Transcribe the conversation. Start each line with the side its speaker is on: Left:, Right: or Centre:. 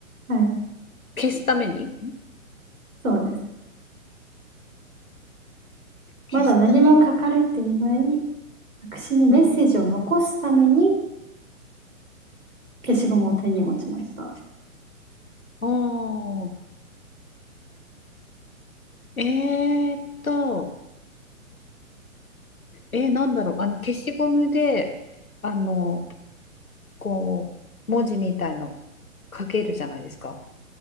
Right: はい、
Left: 消すために
Right: そうです。
Left: 消すため。
Right: まだ何も書かれていない白紙にメッセージを残すために
Left: うん
Right: 消しゴムを手に持ちました。
Left: おーえーっと、えーなんだろう、あの消しゴムで、あの、こう、文字みたいの書けるじゃないですか。